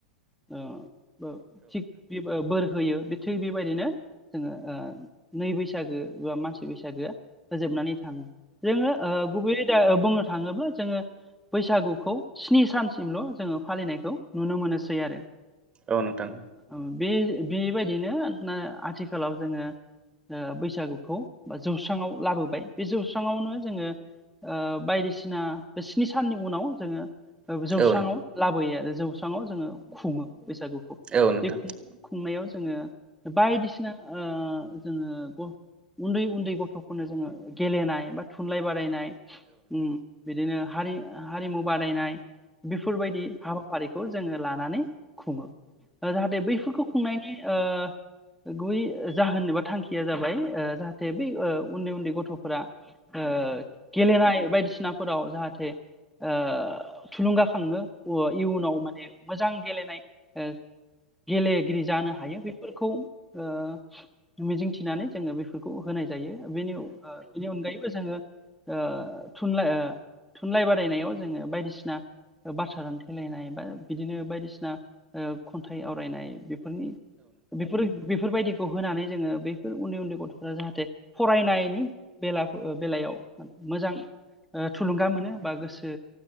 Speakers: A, in the centre; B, on the right.
A: ओ थिग बि बोर होयो बे थिग बेबायदिनो जोंङो नै बैसागो बा मानसि बैसागो फोजोबनानै थांङो जोंङो ओ गुबैयै दा बुंनो थाङोब्ला जोंङो बैसागुखौ स्नि सानसिमल' जोंङो फालिनायखौ नुनो मोनोसै आरो।
B: औ नोंथां
A: ओ बे बेबायदिनो आथिखालाव जोंङो ओ बैसागुखौ बा जौस्राङाव लाबोबाय बे जौस्राङावनो जोंङो ओ बायदिसिना बे स्नि साननि उनाव जोंङो
B: औ नोंथां औ नोंथां
A: जौस्राङाव
B: औ
A: लाबोयो आरो जौस्राङाव जोंङो खुंङो। बैसागुखौ
B: नोंथां
A: बे खुंनायाव जोंङो बायदिसिना ओ जोंङो ग उन्दै उन्दै गथ'फोरनो जोंङो गेलेनाय बा थुनलाइ बादायनाय उम बिदिनो हारि हारिमु बादायनाय बेफोरबायदि हाबाफारिखौ जोंङो लानानै खुङो ओ जाहाथे बैफोरखौ खुंनायनि ओ गुबै जाहोन एबा थांखिया जाबाय ओ जाहाथे बै ओ उन्दै उन्दै गथ'फोरा ओ गेलेनाय बायदिसिनाफोराव जाहाथे ओ थुलुंगाखाङो। ओ इयुनाव माने मोजां गेलेनाय ओ गेलेगिरि जानो हायो बेफोरखौ ओ मिजिंथिनानै जोंङो बेफोरखौ होनाय जा जायो बेनि ओ बेनि अनगायैबो जोंङो ओ थुनलाइ ओ थुनलाइ बादायनायाव जोंङो बायदिसिना बाथ्रा दानथेलायनाय बिदिनो बायदिसिना खन्थाइ ओ आवरायनाय बेफोरनि बेफोर बेफोरबायदि खौ होनानै जोंङो बैफोर उन्दै उन्दै गथ'फोरा जाहाथे फरायनायनि बेला बेलायाव मोजां ओ थुलुंगा मोनो बा गोसो